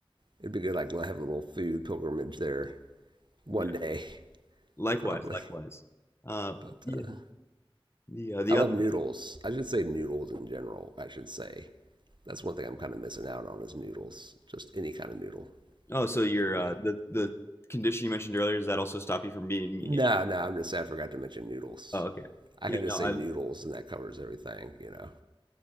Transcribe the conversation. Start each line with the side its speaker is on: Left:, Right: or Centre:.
Right: it'd be good. Like have a little food pilgrimage there one
Left: Yeah.
Right: day, <laughs>
Left: Likewise,
Right: probably.
Left: likewise. Uh,
Right: But
Left: yeah.
Right: uh,
Left: The uh, the
Right: I love
Left: other.
Right: noodles. I should say noodles in general. I should say that's one thing I'm kind of missing out on is noodles. Just any kind of noodle.
Left: Oh, so your uh,
Right: So.
Left: the the condition you mentioned earlier, does that also stop you from being me?
Right: No, no. I'm just saying I forgot to mention noodles.
Left: Oh, okay.
Right: I
Left: Yeah,
Right: could just
Left: no,
Right: say
Left: I
Right: noodles and that covers everything. You know.